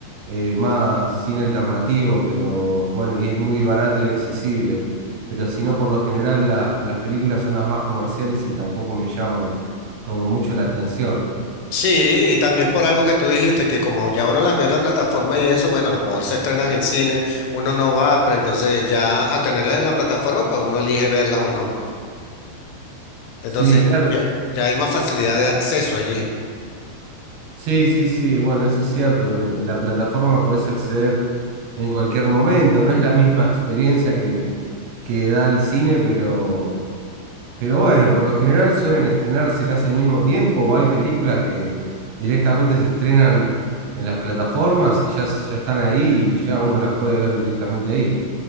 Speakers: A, on the right; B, on the left.
A: eh, más cine alternativo, pero bueno, y es muy barato y accesible. Pero si no, por lo general las, las películas son las más comerciales y tampoco me llaman como mucho la atención.
B: Sí, y también por algo que tú dijiste, que como ya uno las ve en la plataforma y eso, bueno, a lo mejor se estrenan en cine, uno no va, pero entonces ya al tenerlas en la plataforma, pues uno elige verlas o no. Entonces
A: Sí, claro.
B: ya, ya hay más facilidad de acceso allí.
A: Sí, sí, sí, bueno, eso es cierto. En la plataforma podés acceder en cualquier momento. No es la misma experiencia que, que da el cine, pero, pero bueno, por lo general suelen estrenarse casi al mismo tiempo o hay películas que directamente se estrenan en las plataformas y ya, ya están ahí y ya uno las puede ver directamente ahí.